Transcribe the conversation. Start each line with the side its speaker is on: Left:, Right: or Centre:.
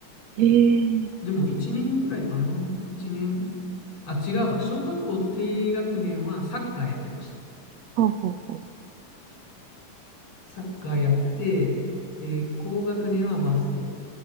Right: ええ
Left: でも1年ぐらいかな。1年。あ、違うわ。小学校低学年はサッカーやってました。
Right: ほうほうほ
Left: サッカーやって、で、高学年はバスケ。